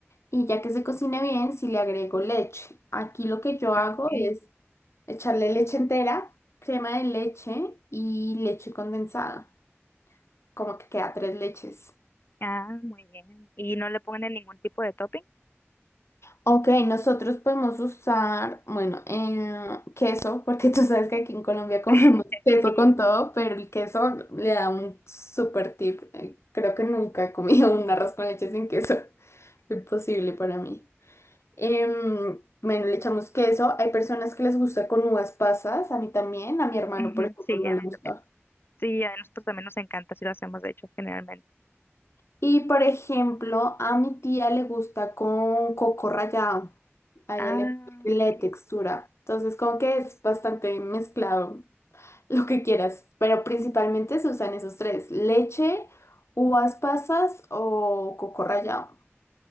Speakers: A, on the left (about 70°); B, on the left (about 50°).
A: Y ya que se cocine bien, si le agrego leche. Aquí lo que yo
B: ok.
A: hago es echarle leche entera, crema de leche y leche condensada. Como que queda tres leches.
B: Ah, muy bien. ¿Y no le ponen ningún tipo de topping?
A: Ok, nosotros podemos usar, bueno, eh, queso, porque tú sabes que aquí en Colombia comemos
B: <laughs>
A: <laughs> queso
B: Sí,
A: con todo, pero el queso le da un super tip. Eh, Creo que nunca he comido un arroz con leche sin queso. <laughs> Imposible para mí. Em, bueno, le echamos queso. Hay personas que les gusta con uvas pasas, a mí también, a mi hermano,
B: ujú,
A: por ejemplo,
B: sí,
A: no
B: a
A: le
B: mí
A: gusta.
B: también. Sí, a nosotros también nos encanta, si lo hacemos, de hecho, generalmente.
A: Y por ejemplo, a mi tía le gusta con coco rallado. A
B: Ah,
A: ella le le
B: ok.
A: textura. Entonces, como que es bastante mezclado <laughs> lo que quieras. Pero principalmente se usan esos tres: leche, uvas pasas o coco rallado.